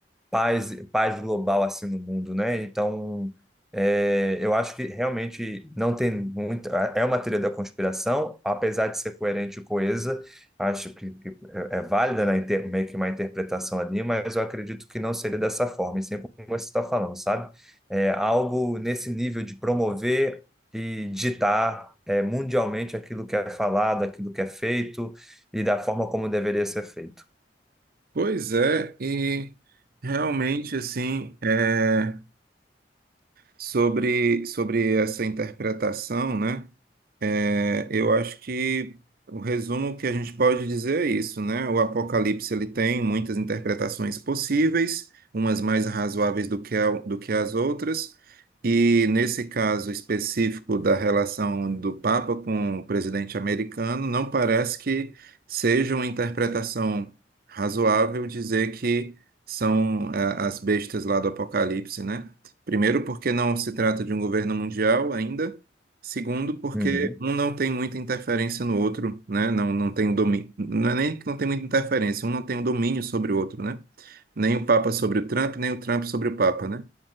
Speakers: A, in the centre; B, on the right (about 55°).
A: paz, paz global assim no mundo, né? Então, é, eu acho que realmente não tem muito. É é uma teoria da conspiração, apesar de ser coerente e coesa, acho que, que é é válida, né, inter- meio que uma interpretação ali, mas eu acredito que não seria dessa forma, e sempre como você está falando, sabe? É algo nesse nível de promover e ditar. é, mundialmente aquilo que é falado, aquilo que é feito e da forma como deveria ser feito.
B: Pois é, e realmente assim, é. Sobre, sobre essa interpretação, né? É, eu acho que o resumo que a gente pode dizer é isso, né? O Apocalipse ele tem muitas interpretações possíveis, umas mais razoáveis do que, a- do que as outras, e nesse caso específico da relação do Papa com o presidente americano, não parece que seja uma interpretação razoável dizer que são eh, as bestas lá do Apocalipse, né? Primeiro, porque não se trata de um governo mundial ainda. Segundo, porque
A: Uhum.
B: um não tem muita interferência no outro, né? Não, não tem domínio. Não é nem que não tem muita interferência, um não tem o domínio sobre o outro, né? Nem o Papa sobre o Trump, nem o Trump sobre o Papa, né?